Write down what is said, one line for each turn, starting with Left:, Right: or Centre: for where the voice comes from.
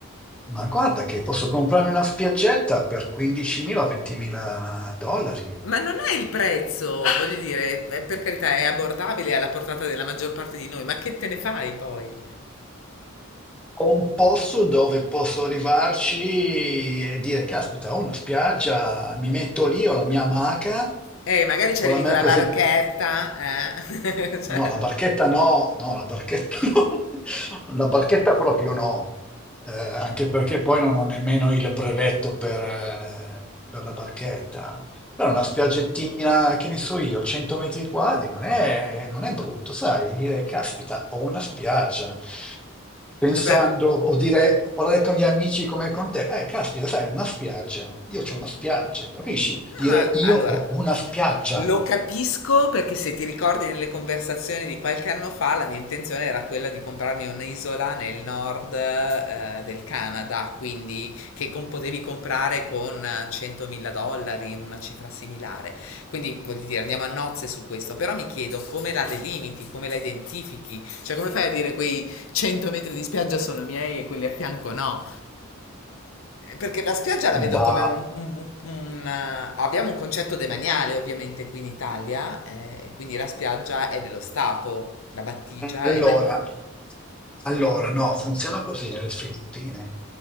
Centre: Ma guarda che posso comprarmi una spiaggetta per 15.000-20.000 dollari.
Left: Ma non è il prezzo, voglio dire, eh, per carità è abbordabile è alla portata della maggior parte di noi, ma che te ne fai poi?
Centre: Ho un posto dove posso arrivarci e dire, caspita, ho una spiaggia, mi metto lì, ho la mia amaca,
Left: Eh, magari ci
Centre: ho
Left: arrivi
Centre: la mia
Left: con la
Centre: casetta
Left: barchetta, eh? <laughs> Cioè,
Centre: No, la barchetta no, no, la barchetta <laughs> no, la barchetta proprio no, Eh, anche perché poi non ho nemmeno il brevetto per, eh, per la barchetta. Però una spiaggettina, che ne so io, 100 metri quadri, non è, non è brutto, sai, dire, caspita, ho una spiaggia. Pensando,
Left: vabbè,
Centre: o dire, o parlare con gli amici come con te, eh, caspita, sai, una spiaggia, io c'ho una spiaggia, capisci?
Left: no,
Centre: Dire,
Left: ma
Centre: io
Left: allora,
Centre: ho una spiaggia.
Left: Lo capisco perché se ti ricordi nelle conversazioni di qualche anno fa, la mia intenzione era quella di comprarmi un'isola nel nord eh, del Canada, quindi che com- potevi comprare con 100.000 dollari, una cifra similare. Quindi voglio dire, andiamo a nozze su questo, però mi chiedo come la delimiti, come la identifichi, cioè come fai a dire quei 100 metri di spiaggia sono miei e quelli a fianco no? Perché la spiaggia la
Centre: Bah,
Left: vedo come un, un- un- un- eh, Abbiamo un concetto demaniale ovviamente qui in Italia, eh, quindi la spiaggia è dello Stato, la battigia
Centre: allora,
Left: è... de-
Centre: Allora, no, funziona così nelle Filippine.